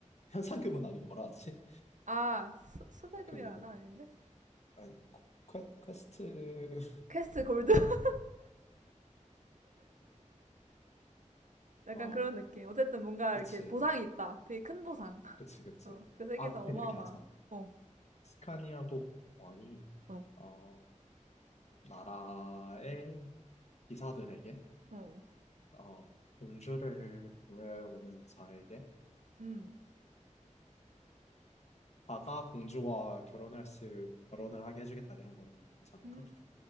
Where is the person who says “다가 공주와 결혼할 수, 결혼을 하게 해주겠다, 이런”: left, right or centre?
Left